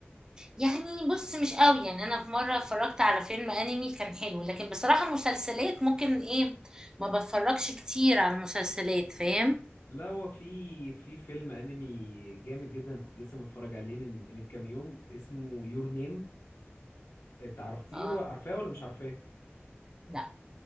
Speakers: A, on the right (about 15°); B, on the left (about 75°).
A: يعني بص مش قوي يعني انا في مره اتفرجت على فيلم انمي كان حلو لكن بصراحه مسلسلات ممكن ايه ما بتفرجش كتير على المسلسلات فاهم
B: لا هو في في فيلم انمي جامد جدا كنت لسه متفرج عليه من من كام يوم اسمه يور نيم تعرفتيه
A: اه
B: عارفاه ولا مش عارفاه
A: لا